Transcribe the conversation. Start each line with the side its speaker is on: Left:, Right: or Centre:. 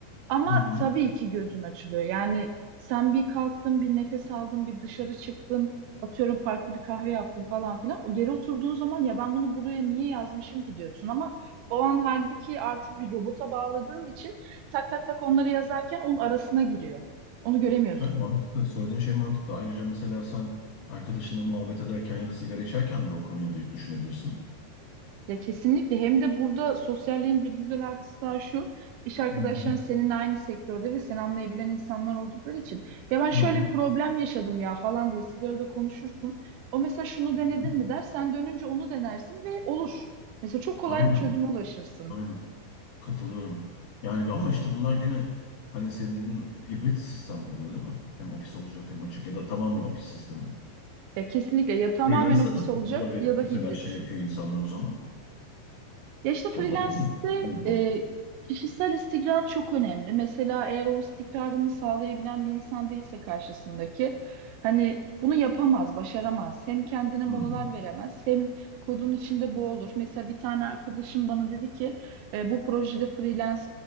Right: Ama
Left: Hı hı.
Right: tabii ki gözün açılıyor. Yani sen bir kalktın, bir nefes aldın, bir dışarı çıktın, atıyorum farklı bir kahve yaptın falan filan. O Geri oturduğun zaman ya ben bunu buraya niye yazmışım ki diyorsun ama o an halbuki artık bir robota bağladığın için tak tak tak onları yazarken onun arasına giriyor. Onu göremiyorsun.
Left: Evet, mantıklı. Söylediğin şey mantıklı. Ayrıca mesela sen arkadaşınla muhabbet ederken ya da sigara içerken de o konuyu da düşünebilirsin.
Right: Ya kesinlikle hem de burada sosyalliğin bir güzel artısı daha şu iş arkadaşların
Left: Hı hı.
Right: seninle aynı sektörde ve seni anlayabilen insanlar oldukları için ya ben şöyle
Left: Hı hı.
Right: bir problem yaşadım ya falan diye sigarada konuşursun. O mesela şunu
Left: Hı
Right: denedin
Left: hı.
Right: mi der sen dönünce onu denersin ve olur. Mesela çok kolay
Left: Aynen.
Right: bir çözüme ulaşırsın.
Left: Aynen. Katılıyorum. Yani bir ama işte bunlar gene hani senin dediğin hibrit sistem oluyor değil mi? Hem ofis olacak hem açık ya da tamamen ofis sistemi.
Right: Ya kesinlikle ya tamamen
Left: Freelance'de
Right: ofis
Left: nasıl
Right: olacak
Left: mola verip
Right: ya da
Left: mesela
Right: hibrit.
Left: şey yapıyor insanlar o zaman?
Right: Ya işte freelance'de
Left: Toplantı mı istiyor? Zoom falan.
Right: e, kişisel istikrar çok önemli. Mesela eğer o istikrarını sağlayabilen bir insan değilse karşısındaki hani bunu yapamaz, başaramaz. Hem kendine molalar
Left: Hmm.
Right: veremez hem kodun içinde boğulur. Mesela bir tane arkadaşım bana dedi ki e, bu projede freelance